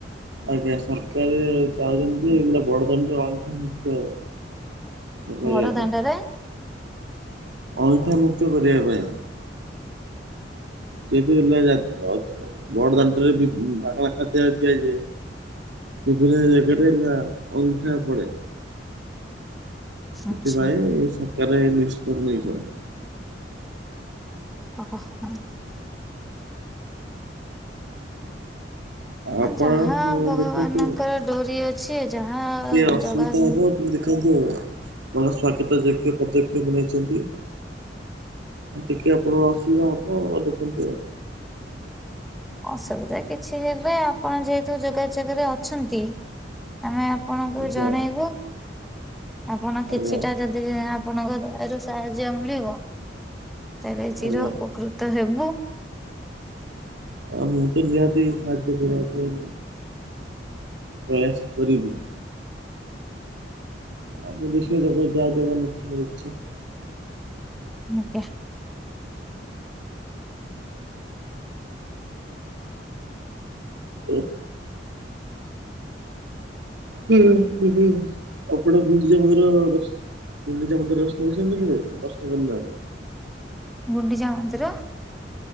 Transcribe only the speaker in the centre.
ବଡ
ଦାଣ୍ଡରେ
ଆଚ୍ଛା।
ଓହୋ ହଁ।
ଯାହା
ଭଗବାନଙ୍କର
ଡୋରି ଅଛି
ଯାହା
ଜଗା ଯେମିତି
ଅସୁବିଧା କିଛି ହେବେ ଆପଣ ଯେହେତୁ ଯୋଗାଯୋଗରେ ଅଛନ୍ତି। ଆମେ ଆପଣଙ୍କୁ
ଜଣେଇବୁ। ଆପଣ କିଛିଟା
ଯଦି ଆପଣଙ୍କ ଦୟାରୁ ସାହାଯ୍ୟ ମିଳିବ। ତାହେଲେ ଚିର
ଉପକୃତ ହେବୁ।
ମୁଁ ଚା।
ଗୁଣ୍ଡିଚା ମନ୍ଦିର।